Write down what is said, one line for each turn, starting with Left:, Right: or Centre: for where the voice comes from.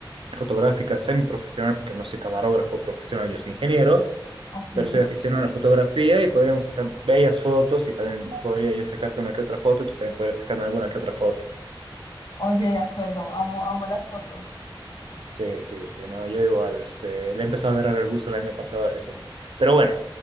Right: fotográfica semiprofesional, porque no soy camarógrafo profesional, yo soy ingeniero,
Left: Ok.
Right: pero soy aficionado a la fotografía y podríamos sacar bellas fotos y también podría yo sacarte una que otra foto y tú también podrías sacarme alguna que otra foto.
Left: Oye, de acuerdo, amo, amo las fotos.
Right: Sí, sí, sí, no, yo igual, este, le he empezado a agarrar el gusto el año pasado recién. Pero bueno,